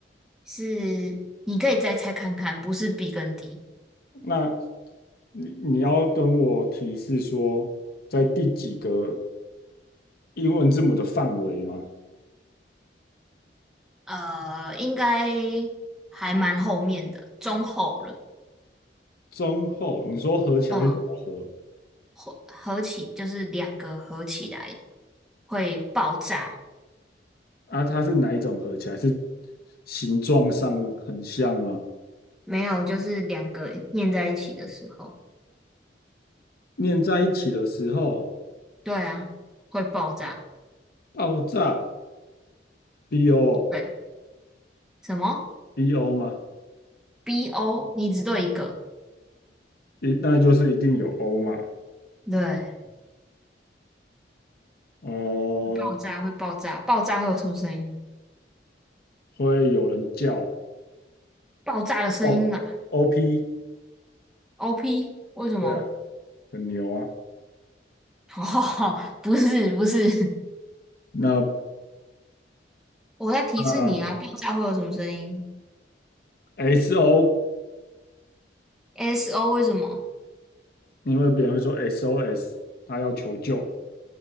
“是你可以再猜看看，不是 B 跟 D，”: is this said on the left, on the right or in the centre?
Centre